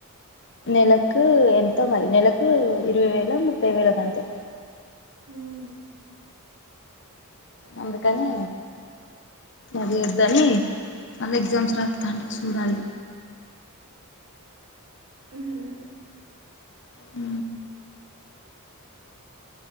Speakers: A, on the left; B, on the right.
A: నెలకు ఎంతో మరి నెలకు ఇరవై వేలో ముప్పై వేలకు అంతే
B: ఊ ఉ
A: అందుకని అది వద్దని మళ్ళా ఎగ్జామ్స్ రాత్తాండు సూడాలి
B: ఊహూ
A: ఊ